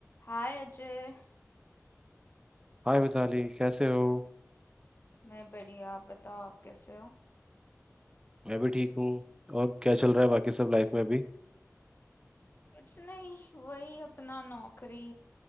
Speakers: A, on the left; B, on the right.
A: हाय अजय
B: हाय मिताली कैसे हो
A: मैं बढ़िया आप बताओ आप कैसे हो
B: मैं भी ठीक हूँ और क्या चल रहा है बाकी सब लाइफ में अभी
A: कुछ नहीं वही अपना नौकरी